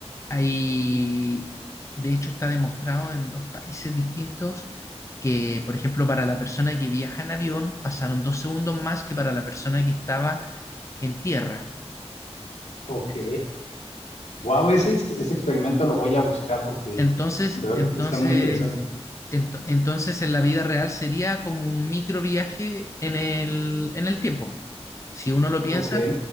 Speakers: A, on the left (about 25°); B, on the left (about 85°).
A: hay, de hecho, está demostrado en dos países distintos que, por ejemplo, para la persona que viaja en avión pasaron dos segundos más que para la persona que estaba en tierra.
B: Ok, wow, ese, ex- ese experimento lo voy a buscar porque
A: Entonces,
B: de ver-
A: entonces,
B: está muy interesante.
A: ento- entonces en la vida real sería como un micro viaje en el, en el tiempo. Si uno lo piensa,
B: Ok.